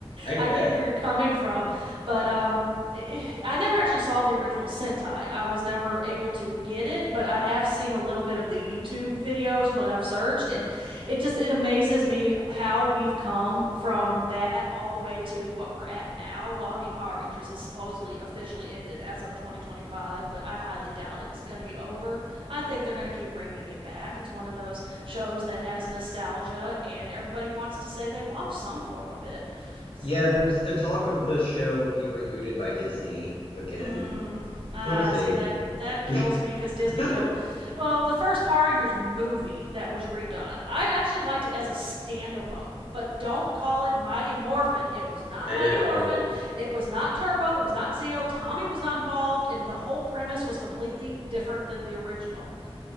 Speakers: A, on the left; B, on the right.
A: I bet.
B: I get where you're coming from. But um, i I never actually saw the original Sentai. I was never able to get it, but I have seen a little bit of the YouTube videos when I've searched, and it just it amazes me how we've come from that all the way to what we're at now. Well, I mean, Power Rangers has supposedly officially ended as of 2025, but I highly doubt it's going to be over. I think they're going to keep bringing it back. It's one of those shows that has nostalgia, and everybody wants to say they watch some form of it. So,
A: Yeah, there's a talk of the show being rebooted by Disney again.
B: mm, ah,
A: We'll see.
B: see that that kills
A: <laughs>
B: me because Disney
A: I
B: killed. Well, the first Power Rangers movie that was redone, I actually liked it as a standalone, but don't call it Mighty Morphin. It was not
A: know.
B: Mighty Morphin. It was not Turbo. It was not Zeo. Tommy was not involved, and the whole premise was completely different than the original.